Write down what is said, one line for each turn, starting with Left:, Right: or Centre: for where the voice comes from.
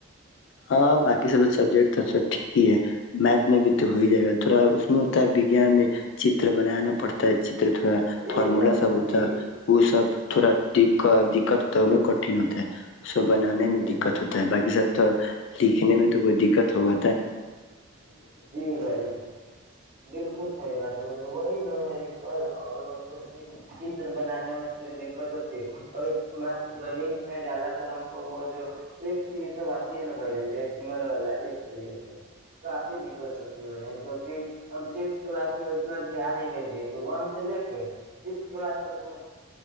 Left: ہاں باقی سب سبجیکٹ تو سب ٹھیک ہی ہے میتھ میں بھی تو ہو ہی جائے گا تھوڑا اس میں ہوتا ہے وگان میں چتر بنانا پڑتا ہے
Right: جی
Left: فرمولا
Right: بھائی جان
Left: سب
Right: جی
Left: تھا وہ سب تھوڑا دقت ہوتا ہے ان میں کٹھن ہوتا ہے اس کو بنانے میں
Right: جی
Left: دقت ہوتا ہے باقی سب تو لکھنے میں تو کوئی د دقت ہوگا
Right: جی بائیے بالکل صحی بات بے وہی نہیں میر کل اور مطلب چتر بنانے میں تھوڑی دقت ہوتی ہے اور گنیت میں زیادہ تر ہم کو وہ جو ایک س یہ سب آتی ہے نا بھائی جان ڈ سمل والا ایک س یہ سب کافی دقت ہوتی ہے بھ جان کیونکہ ہم سک کلاس میں اتنا دھیان ہی نہیں دیے تھے ون سے لے کے سک کلاس تک میں